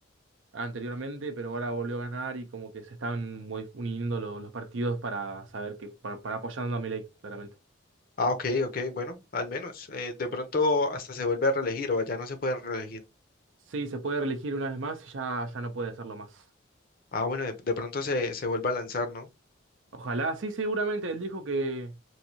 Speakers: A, on the right (about 75°); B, on the left (about 45°).
A: anteriormente, pero ahora volvió a ganar y como que se están muy- uniendo lo- los partidos para saber que para, para apoyando a Milei, claramente.
B: Ah, ok, ok, bueno, al menos. eh, de pronto hasta se vuelve a reelegir o ya no se pueden reelegir.
A: Sí, se puede reelegir una vez más y ya, ya no puede hacerlo más.
B: Ah, bueno, de, de pronto se, se vuelve a lanzar, ¿no?
A: Ojalá, sí, seguramente él dijo que,